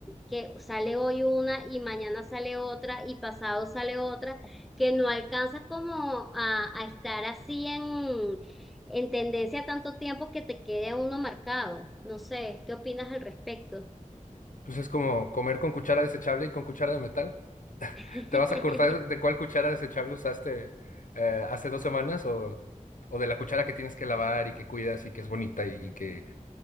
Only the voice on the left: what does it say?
Pues es como comer con cuchara desechable y con cuchara de metal.
¿Te vas a cortar de cuál cuchara desechable usaste eh, hace dos semanas o, o de la cuchara que tienes que lavar y que cuidas y que es bonita y y que